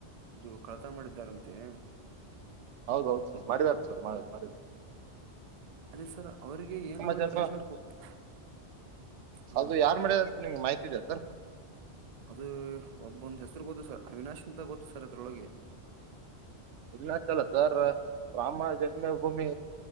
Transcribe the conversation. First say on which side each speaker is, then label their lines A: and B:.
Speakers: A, on the right; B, on the right.
A: ಇದು ಕಳತನ ಮಾಡಿದ್ದಾರಂತೆ
B: ಹೌದೌದು ಸರ್ ಮಾಡಿದರ್ ಸರ್ ಮಾಡಿದ
A: ಅದೇ ಸರ್ ಅವ್ರಿಗೆ ಏನಾದ್ರು
B: ಜನ್ಮ
A: ಪನಿಶ್ಮೆಂಟ್ ಕೊ <unintelligible> ಹಾ
B: ಅದು ಯಾರು ಮಾಡ್ಯಾರ ಅಂತ ನಿಮ್ಗೆ ಮಾಹಿತಿ ಇದೆಯಾ ಸರ್
A: ಅದು ಒಬ್ಬಂದ <unintelligible> ಗೊತ್ತು ಸರ್ ಅವಿನಾಶ್ ಅಂತ ಗೊತ್ತು ಸರ್ ಅದ್ರೊಳಗೆ
B: ಇಲ್ಲ <unintelligible> ಸರ್ ರಾಮ ಜನ್ಮಭೂಮಿ